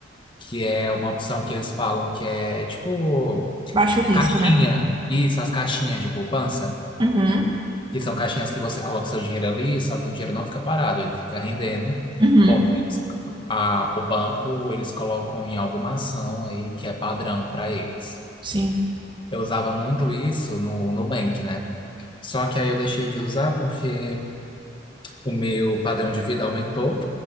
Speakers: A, on the left; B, on the right.
A: que é uma opção que eles falam que é tipo
B: Baixo risco,
A: Caixinha.
B: né?
A: Isso, as caixinhas de poupança,
B: Uhum,
A: que são caixinhas que você coloca o seu dinheiro ali, só que o dinheiro não fica parado, ele fica rendendo.
B: uhum,
A: Porque eles- a- o banco, eles colocam em alguma ação aí que é padrão para eles.
B: sim,
A: Eu usava muito isso no Nubank, né? Só que aí eu deixei de usar porque o meu padrão de vida aumentou,